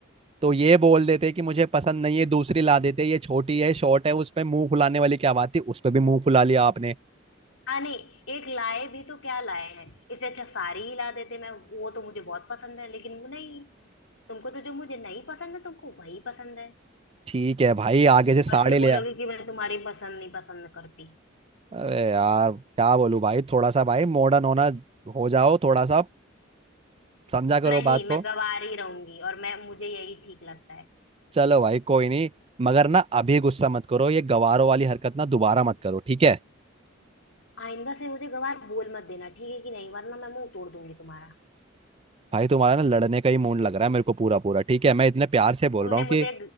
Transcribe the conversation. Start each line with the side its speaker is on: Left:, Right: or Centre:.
Right: तो ये बोल देते कि मुझे पसंद नहीं है दूसरी ला देते ये छोटी है शॉर्ट है उस पे मुंह फुलाने वाली क्या बात थी उस पे भी मुंह फुला लिया आपने
Left: हाँ नहीं एक लाए भी तो क्या लाए हैं इससे अच्छा साड़ी ही ला देते मैं वो तो मुझे बहुत पसंद है लेकिन वो नहीं तुमको तो जो मुझे नहीं पसंद है तुमको वही पसंद है
Right: ठीक है भाई आगे से साड़े
Left: और फिर
Right: ले
Left: बोलोगे
Right: आ
Left: कि मैं तुम्हारी पसंद नहीं पसंद करती
Right: अरे यार क्या बोलूं भाई थोड़ा सा भाई मॉडर्न होना हो जाओ थोड़ा सा समझा करो
Left: नहीं
Right: बात
Left: मैं
Right: को
Left: गवार ही रहूंगी और मैं मुझे यही ठीक लगता है
Right: चलो भाई कोई नहीं मगर ना अभी गुस्सा मत करो ये गवारों वाली हरकत ना दोबारा मत करो ठीक है
Left: आइंदा से मुझे गवार बोल मत देना ठीक है कि नहीं वरना मैं मुंह तोड़ दूंगी तुम्हारा
Right: भाई तुम्हारा ना लड़ने का ही मूड लग रहा है मेरे को पूरा पूरा ठीक है मैं इतने प्यार से बोल
Left: तुमने
Right: रहा हूँ
Left: मुझे
Right: कि